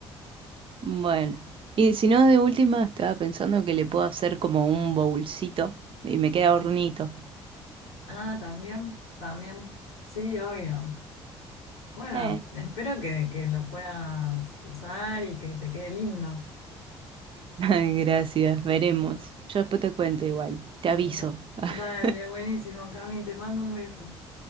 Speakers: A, on the right; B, on the left.
A: Bueno. Y si no, de última, estaba pensando que le puedo hacer como un bowlcito y me queda hornito.
B: Ah, también, también. Sí, obvio. Bueno,
A: Eh.
B: espero que, que lo puedas usar y que te quede lindo.
A: <laughs> Ay, gracias, veremos. Yo después te cuento igual. Te aviso.
B: Da-
A: <laughs>
B: dale, buenísimo, Cami, te mando un beso.